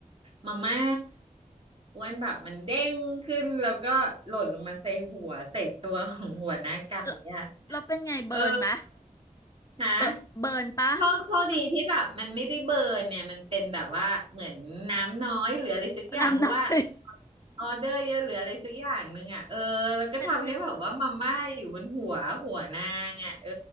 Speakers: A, on the right; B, on the left.
A: มาม่าอ้วนแบบมันเด้งขึ้นแล้วก็หล่นลงมาใส่หัวใส่ตัวของหัวหน้าไก่อะ
B: เราเราเป็นไงเบิร์นไหม
A: เออฮะ
B: เบเบิร์นปะ
A: โชคโชคดีที่แบบมันไม่ได้เบิร์นเนี่ยมันเป็นแบบว่าเหมือนน้ำน้อยหรืออะไรสักอย่างเพราะว่า
B: นำหน่อย <laughs>
A: ออเดอร์เยอะหรืออะไรสักอย่างหนึงอ่ะเออแล้วก็ทำให้แบบว่ามาม่าอยู่บนหัวหัวนางอ่ะเออ
B: เอ็นดู